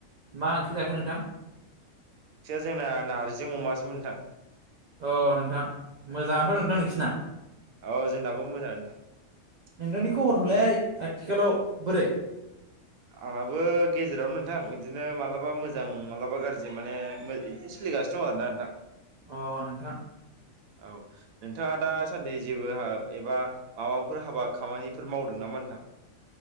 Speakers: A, on the right (about 70°); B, on the right (about 85°).
A: मा ओंख्रि जाखो नोंथां
B: जोंना नारजि अमा सोमोन नोंथां।
A: अ नोंथां मोजाङथ'
B: औ
A: नोंथां नोंसिना।
B: औ जोंनाबो मोजाङानो नोथां।
A: नोंथांनि खबरफ्रालाय आथिखालाव बोरै?
B: आंनाबो गेजेरावनो नोंथां बिदिनो मालाबा मोजां मालाबा गाज्रि माने मो इदिनो सोलि गासिनो आरोना नोंथां।
A: अ नोंथां।
B: औ नोंथाङा दासान्दि जेबो एबा माबाफोर हाबा खामानिफोर मावदों नामा नोंथां? <inaudible>